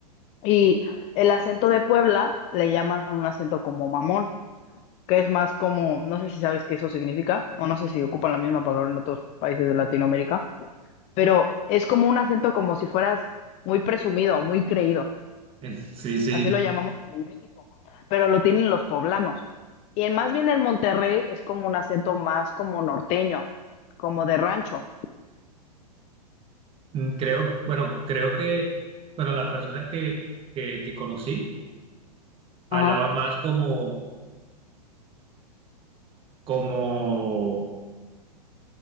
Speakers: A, on the left (about 30°); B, on the right (about 25°).
A: Y el acento de Puebla le llaman un acento como mamón, que es más como, no sé si sabes qué eso significa, o no sé si ocupan la misma palabra en otros países de Latinoamérica, pero es como un acento como si fueras muy presumido, muy creído
B: <laughs> sí, sí.
A: así lo llamamos en México, pero lo tienen los poblanos. Y en, más bien en Monterrey es como un acento más como norteño, como de rancho.
B: Mm, Creo, bueno, creo que, bueno, las personas que, que, que conocí hablaban
A: Ajá.
B: más como, como